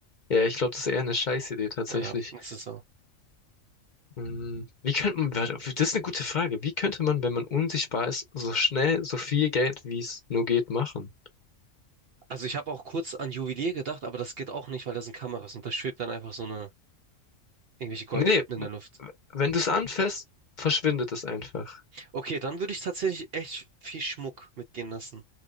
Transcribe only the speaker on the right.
Ja, das ist so.
Also ich habe auch kurz an Juwelier gedacht, aber das geht auch nicht, weil da sind Kameras und da schwebt dann einfach so eine Irgendwelche Goldketten
in der Luft.
Okay, dann würde ich tatsächlich echt viel Schmuck mitgehen lassen.